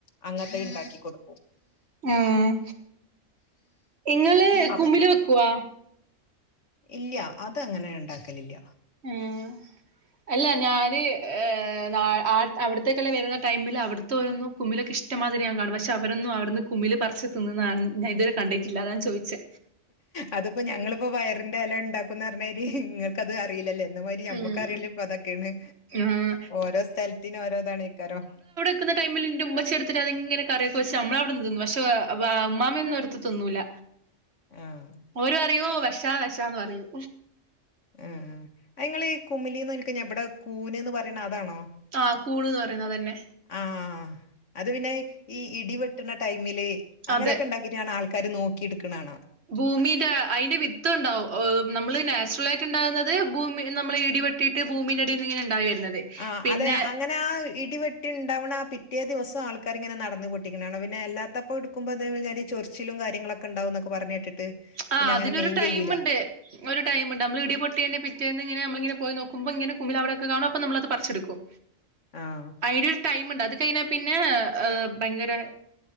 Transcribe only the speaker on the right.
ആഹ് ഇങ്ങള്
കുമ്പില് വെക്കുവാ
ഉം അല്ല ഞാന്ന്
<unintelligible> അവിടുക്കെ വരുന്ന ടൈമിൽ അവിടുത്തോരന്നും കുമിലൊക്കെ ഇഷ്ടമാതിരി ഞാ കാണും പക്ഷെ അവരൊന്നുംവിടുന്ന് കുമില് പറിച് നിന്ന്ണ് ഞാ ഇതുവരെ കണ്ടിട്ടില്ല അതാ ഞാൻ ചോയിച്ചേ
ഉം
ആഹ്
ക്കുന്ന ടൈമിൽ ന്റെ ഉമ്മച്ചി എടുത്തിട്ട് അത് ഇങ്ങന കറിവെക്കും പക്ഷേ നമ്മള അവിടുന്ന് ന്നും പക്ഷ ഉമ്മമ ഒന്നുംടുത്ത് തിന്നൂല്ല
ഓല് പറയൂ വെഷാ വെഷാന്ന് പറയൂ
ആഹ് കൂണ്ന്ന് പറയുന്നതന്നെ
അതെ
ഭൂമിന്റെ അതിന്റെ വിത്ത് ഉണ്ടാവും നമ്മള് നാച്ചുറൽ ആയിട്ട് ഉണ്ടാവുന്നത് ഭൂമി നമ്മളെ ഇടിവെ ട്ടിട്ട് ഭൂമന്റെ അടിന്ന് ഇങ്ങനെ ഇണ്ടായി വരുന്നത്
പിന്നെ
ആഹ്
അതിനൊരു
ടൈമ്ണ്ട്
ഒരു ടൈം ഉണ്ട് നമ്മള് ഇടിപൊട്ടേന്റെ പിറ്റേന്ന് ഇങ്ങനെമ്മള് ഇങ്ങനെ പോയി നോക്കുമ്പോങ്ങനെ കുമിൽ അവിടെക്കെ കാണും അപ്പ നമ്മളത് പറിച്ച്ട്ക്കും
അയിനൊരു ടൈമുണ്ട് അത് കഴിഞ്ഞാ പിന്നെ ങ് ഭയങ്കര